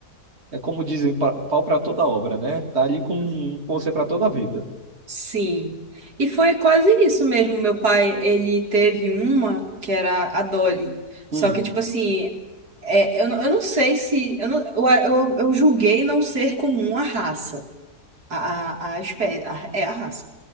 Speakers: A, on the right; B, on the right.
A: é como dizem, pa- pau para toda obra, né? Tá ali com, com você para toda a vida.
B: Sim. E foi quase isso mesmo. Meu pai, ele teve uma que era a Dolly.
A: Hum.
B: Só que, tipo assim, é, eu, não- eu não sei se. Eu, não- eu, eu, eu julguei não ser comum a raça. A, a, a espécie. é a raça